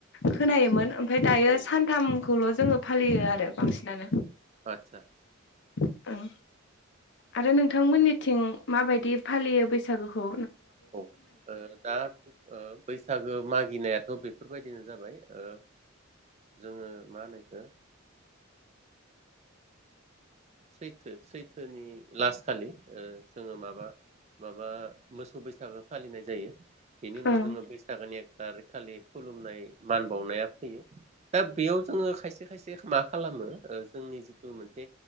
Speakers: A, on the left; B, on the right.
A: खोनायोमोन ओमफ्राय दायो
B: औ
A: सानथामखौल' जोङो फालियो आरो बांसिनानो।
B: आतसा
A: ओं आरो नोंथांमोननिथिं माबायदि फालियो बैसागुखौ
B: औ ओ दा ओ बैसागो मागिनाया थ' बेफोरबायदिनो जाबाय ओ जोङो मा होनो एखौ सैथो सैथोनि लास खालि ओ जोङो माबा माबा मोसौ बैसागो फालिनाय जायो। बेनि उनाव
A: ओं
B: जोङो बैसागोनि‌ एक तारिक खालि खुलुमनाय मान बावनाया फैयो दा बेयाव जोङो खायसे खायसे मा खालामो जोंनि जिथु मोनसे